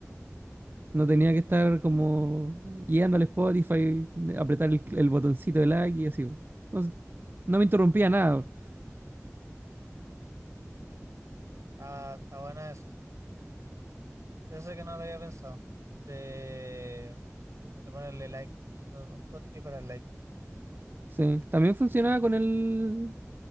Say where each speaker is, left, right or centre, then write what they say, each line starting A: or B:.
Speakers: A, on the right; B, on the right.
A: No tenía que estar como yendo al Spotify, apretar el, el botoncito de like y así. No, no me interrumpía nada.
B: está, está buena eso. Eso sí que no lo había pensado. De, de ponerle like, un hotkey para el like,
A: Sí. También funcionaba con el,